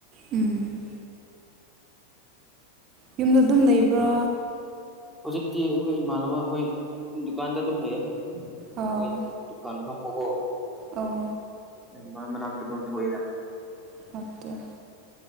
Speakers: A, on the right (about 35°); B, in the centre.
A: ꯎꯝ ꯌꯨꯝꯗ ꯑꯗꯨꯝ ꯂꯩꯕ꯭ꯔꯣ
B: ꯍꯧꯖꯤꯛꯇꯤ ꯑꯩꯈꯣꯏ ꯏꯃꯥꯟꯅꯕ ꯑꯩꯈꯣꯏ ꯗꯨꯀꯥꯟꯗ ꯑꯗꯨꯝ ꯂꯩꯌꯦ
A: ꯑꯥ
B: ꯃꯣꯏ ꯗꯨꯀꯥꯟ ꯑꯃꯀꯣ
A: ꯑꯣ
B: ꯑꯦ ꯃꯣꯏ ꯃꯅꯥꯛꯇ ꯑꯗꯨꯝ ꯊꯣꯛꯑꯦꯗ
A: <unintelligible>